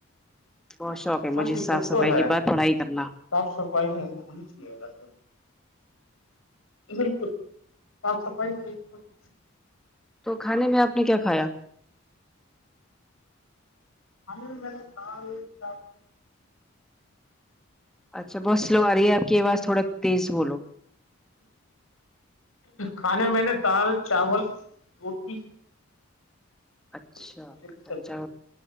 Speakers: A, in the centre; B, on the left.
A: بہت شوق
B: ہاں
A: مجھے
B: جی وہ
A: صاف صفائی
B: تو ہے
A: کے بع تھوڑا ہی کرنا
B: صاف صفائی ہونی چاہیے گھر پ بالکل ڈ <unintelligible>
A: تو کھانے میں آپ نے کیا کھایا
B: آ م <unintelligible>
A: اچھا بہت سلو آ رہی ہے آپ کی آواز تھوڑا تیز بولو
B: کھانے میں میں نے دال چاول روٹی
A: اچھا
B: چھولے کی سبزی
A: چا